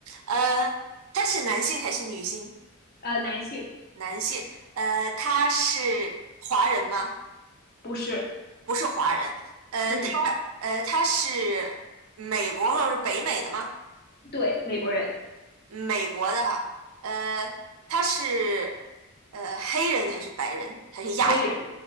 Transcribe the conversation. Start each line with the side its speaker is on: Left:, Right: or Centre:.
Right: 呃，他是男性还是女性？
Left: 呃，男性
Right: 男性，呃，他是华人吗？
Left: 不是，
Right: 不是华人，呃，
Left: 嗯，
Right: 他呃他是美国或者是北美的吗？
Left: 对，美国人，
Right: 美国的哈，呃，他是呃黑人还是白人还是亚裔？
Left: 黑人，